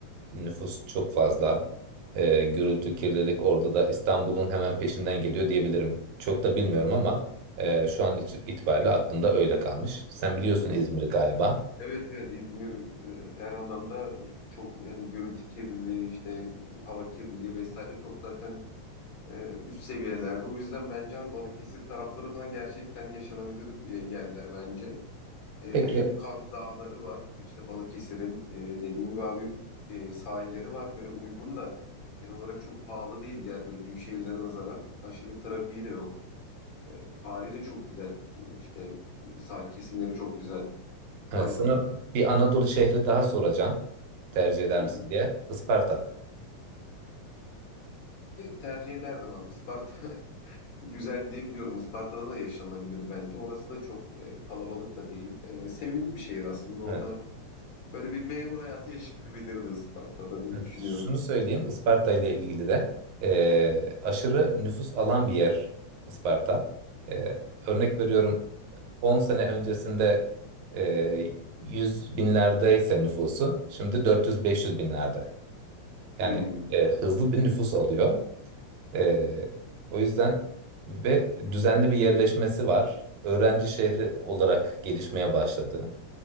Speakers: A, on the right; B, on the left.
A: Nüfus çok fazla. Ee, gürültü, kirlilik orada da İstanbul'un hemen peşinden geliyor diyebilirim. Çok da bilmiyorum ama e, şu an için itibariyle aklımda öyle kalmış. Sen biliyorsun
B: Hı.
A: İzmir'i galiba.
B: Evet evet İzmir e, her anlamda çok yani gürültü kirliliği işte hava kirliliği vesaire çok zaten Ee, üst seviyelerde. O yüzden bence abi Balıkesir tarafları falan gerçekten yaşanabilir e, yerler bence. Ee,
A: Peki,
B: hem Kaz Dağları var. işte Balıkesir'in e, dediğin gibi abi e, sahilleri var. Böyle uygun da genel olarak çok pahalı değil diğer böyle büyük şehirlere nazaran. Aşırı trafiği de yok. Ee, tarihi de çok güzel. Ee, işte e, sahil kesimleri çok güzel.
A: evet
B: Ayvalık.
A: sana bir Anadolu şehri daha soracağım. Tercih eder
B: <laughs> spartayı
A: misin diye. Isparta.
B: tercih ederdim abi. Isparta <laughs> Güzel diye biliyorum. Isparta'da da yaşanabilir bence. Orası da çok e, kalabalık da değil. E, sevimli bir şehir aslında. Orada
A: Evet,
B: böyle bir memur hayatı <laughs> yaşanabilirdi Isparta'da diye
A: evet.
B: düşünüyorum.
A: Şunu söyleyeyim. Isparta ile ilgili de e, aşırı nüfus alan bir yer Isparta. E, örnek veriyorum On sene öncesinde e, 100 binlerdeyse nüfusu şimdi dört yüz beş yüz binlerde. Yani
B: Hmm.
A: e, hızlı bir nüfus alıyor. E, o yüzden ve düzenli bir yerleşmesi var. Öğrenci şehri olarak gelişmeye başladı.